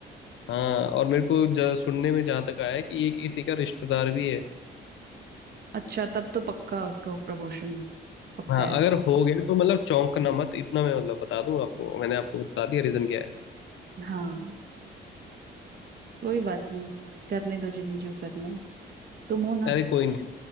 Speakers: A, on the left (about 75°); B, on the right (about 50°).
A: हाँ और मेरे को ज- सुनने में जहाँ तक आया है कि ये किसी का रिश्तेदार भी है
B: अच्छा तब तो पक्का उसका प्रमोशन पक्का
A: हाँ
B: है
A: अगर हो गया तो मतलब चौंकना मत इतना मैं मतलब बता दूं आपको मैंने आपको बता दिया रीजन क्या है
B: हाँ कोई बात नहीं करने दो जिन्हें जो करना है तुम हो ना
A: अरे कोई नहीं